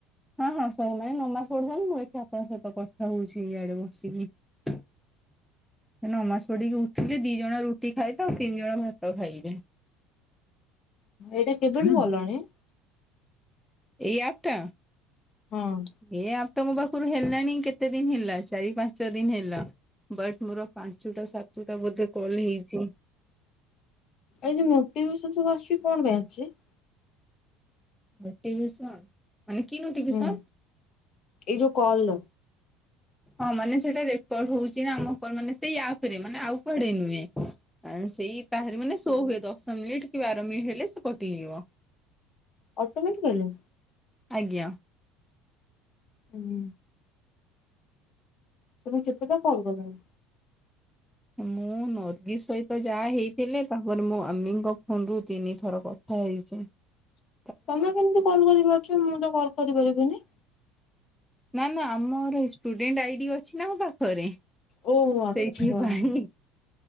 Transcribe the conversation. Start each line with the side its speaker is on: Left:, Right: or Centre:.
Centre: ହଁ ହଁ ସବୁ ନାଇଁ ନମାଜ ପଢୁଛନ୍ତି ମୁଁ ଏଠି ଆପଣ ସହିତ କଥା ହୋଉଛି ଇଆଡ଼େ ବସିକି। ହେ ନମାଜ ପଢ଼ିକି ଉଠିଲେ ଦି ଜଣ ରୁଟି ଖାଇବେ ଆଉ ତିନି ଜଣ ଭାତ ଖାଇବେ।
Left: ଏଇଟା କେବେଠୁ କଲଣି?
Centre: ଏଇ ଆପଟା?
Left: ହଁ।
Centre: ଏ ଆପଟା ମୋ ପାଖୁରୁ ହେଲାଣି କେତେ ଦିନ ହେଲା ଚାରି ପାଞ୍ଚ ଦିନ ହେଲା‌। ବଟ୍ ମୋର ପାଞ୍ଚୁଟା ସାତୁଟା ବୋଧେ କଲ ହେଇଚି।
Left: ଏଇ ଯେ ନୋଟିଭେସନ୍ ସବୁ ଆସୁଚି କଣ ପାଇଁ ଆସୁଚି?
Centre: ନୋଟିଭିସନ୍ ମାନେ କି ନୋଟିଭିସନ୍?
Left: ହୁଁ ଏଇ ଯୋଉ କଲ୍।
Centre: ହଁ ମାନେ ସେଇଟା ରେକର୍ଡ ହୋଉଚି ନା ଆମ କ ମାନେ ସେଇ ଆପ୍ ରେ ମାନେ ଆଉ କୁଆଡେ ନୁଏଁ ଆଁ ସେଇ ତାହାରି ମାନେ ସୋ ହୁଏ ଦଶ ମିନିଟ୍ କି ବାର ମିନି ହେଲେ ସେ କଟିଯିବ।
Left: ଅଟୋମେଟିକାଲି?
Centre: ଆଜ୍ଞା‌।
Left: ଉଁ ତମେ କେତେଟା କଲ୍ କଲଣି?
Centre: ଏ ମୁଁ ନର୍ଗୀ ସହିତ ଯାହା ହେଇଥିଲେ ତାପରେ ମୋ ଆମିଙ୍କ ଫୋନ ରୁ ତିନି ଥର କଥା ହେଇଚି। <unintelligible>
Left: ତମେ କେମତି କଲ୍ କରିପାରୁଚ ମୁଁ ତ କଲ କରିପାରିବିନି?
Centre: ନାଁ ନାଁ ଆମର ଷ୍ଟୁଡେଣ୍ଟ ଆଇଡି଼ ଅଛି ନା ମୋ ପାଖରେ
Left: ଓ
Centre: ସେଇଥିପାଇଁ।
Left: ଆଚ୍ଛା।